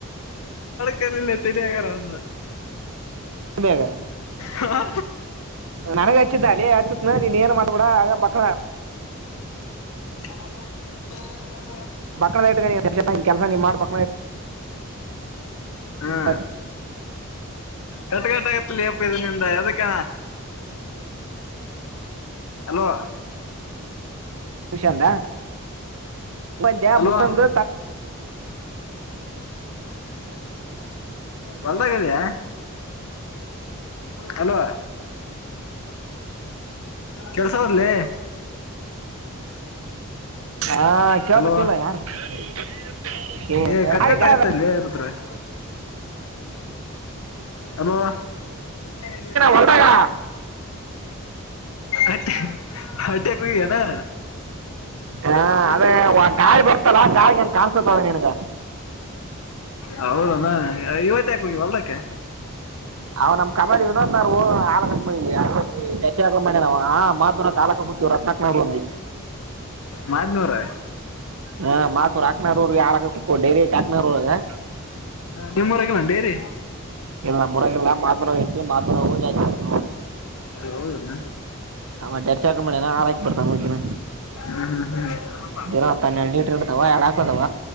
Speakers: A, on the left (about 80°); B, on the right (about 75°).
A: ತಿರುಗಿ ತಿರುಗಿ ಅದೇ ಆಗ್ತಾನೆ.
B: ಆಮೇಲೆ
A: ಹಾ
B: ನನಗ ಹಚ್ಚಿದ್ದ, ಅಲ್ಲಿ ಹಚ್ಚತ್ನ, ನೀನ್ ಏನ್ ಮಾತನಾಡಬೇಡ.
A: ಆ ಆ
B: ಬಕ್ಕನದ, ಇ ಕೆಲಸ ನೀ ಮಾಡು.
A: ಹಾ
B: ಹತ್ತು
A: ಕಟ್ಗಟ್, ಆಗತ್ತಲಿ ಅಪ್ಪ ಇದನಿಂದ ಅಣ್ಣ. ಹಲೋ
B: ನಿಷ ಅಂದ. ಒಂದ
A: ಅಲ್ವಾ
B: ಮುತ್ತಂದು
A: ಹೊಲ್ದಾಗ ಇದ್ಯಾ. ಹಲೋ, ಕೆಳ್ಸವರ್ಲಿ
B: ಹಾ ಹೇಳ್ತಿಲ್ಲ,
A: ಅಲ್ವಾ
B: ಯಾರ ಇಲ್ಲಿ ಸೌಂಡ್
A: ಏ
B: ಡಿಸ್ಟರ್ಬೆನ್ಸ್.
A: ಕಟ್ಕಟ್ ಆಗತ್ತಲ್ಲಿ ರುದ್ರ ಹಲೋ, ಏನ್
B: ಹೊಲ್ದಾಗ
A: ಮಾಡ್ತಿದ್ದೆ.
B: ಹಾ ಅದೇ ಕಾಯಿ ಬರ್ತಲ್ಲ, ಆ ಕಾಯಿಿಗೆನ್ ಕಾಣ್ಸತದ ನಿನ್ಗ.
A: ಹೌದಣ, ಇವತ್ತ ಯಾಕ, ಹೋಗಿ ಹೊಲ್ದಕ್ಕೆ.
B: ಅವ, ನಮ್ ಕಮಾಿ ಇವ ನ, ಆದರ್ಶಿಕ ಮಾಡಿ ನವು ಕುತೀವ ರಸ. ಹ
A: ಮದನೂರ.
B: ಹಾ ಮಾತ್ರೂರು ಹಾಕ್ನಾರೀ ಯರ ಕು ಡೈರಿಯಟ್ ಹಾಕ್ನಾರಗ
A: ನಿಮ್ಮ್ೂರಗ ಡೈರಿ
B: ಇಲ್ಲ ಮುರಗಿಲ್ಲ ಮಾದ ನೋ ಐತಿ ಮಾದು ನೋವು ಜಾತಿ
A: ಹೌದಮ್ಮ
B: ಹ ಡರ್ಚಾಕ ಮಾಡ ಆಯ್ತಡ್ತಾ ಹ್ತ
A: ಹ್ಮ್ ಹ್ಮ್ ಹ್ಮ್
B: ಇರ ಹತ್ತ ಹನ್ನೆಡು ಲೀಟ್ರ ಇಡ್ತಾವ ಎಳ್ ಹಾಕದಾವ